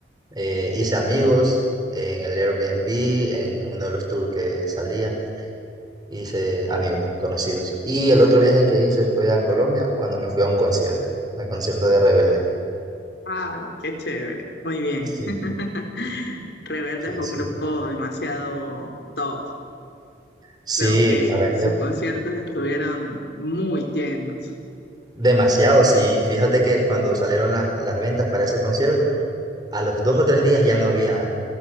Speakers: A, on the right (about 20°); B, on the left (about 70°).
A: Eh, hice amigos en el Airbnb, en uno de los tours que salía, hice amigos conocidos. Y el otro viaje que hice fue a Colombia cuando me fui a un concierto, al concierto de Rebelde.
B: Ah, qué chévere. Muy bien.
A: Sí,
B: <laughs> Rebelde
A: sí,
B: es un
A: súper.
B: grupo demasiado top.
A: Sí,
B: Creo que
A: ¿para qué?
B: sus conciertos estuvieron muy llenos.
A: Demasiado, sí. Fíjate que cuando salieron las, las ventas para ese concierto, a los dos o tres días ya no había,